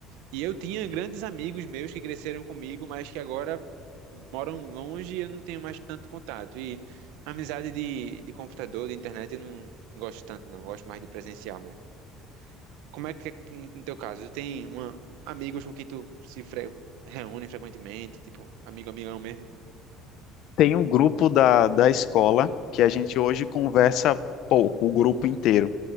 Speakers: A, on the right; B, on the left.
A: E eu tinha grandes amigos meus que cresceram comigo, mas que agora moram longe e eu não tenho mais tanto contato. E amizade de, de computador, de internet, eu não gosto tanto, não. Eu Gosto mais de presencial mesmo. Como é que é no teu caso? Tu tem uma, amigos com quem tu se fre- reúne frequentemente, tipo, amigo, amigão mesmo?
B: Tem um grupo da, da escola que a gente hoje conversa pouco, o grupo inteiro,